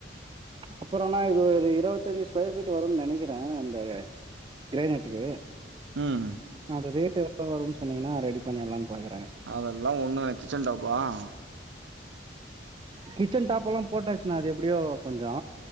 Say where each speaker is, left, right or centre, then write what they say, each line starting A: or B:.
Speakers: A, on the right; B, on the right.
A: அப்புறம்னா இது ஒரு இருவத்தஞ்சு ஸ்கொயர் ஃபீட் வரும்னு நினைக்கிறே அந்த கிரேநட்டுக்கு
B: உம்
A: அது ரேட் எவ்ளோ வருன் சொன்னீங்கனா ரெடி பண்ணிட்லான் பாக்கறே
B: அதெல்லா ஒண்ணு <unintelligible>
A: கிச்சன் டாபெல்ல போட்டாச்மா அது எப்டியோ கொஞ்சோ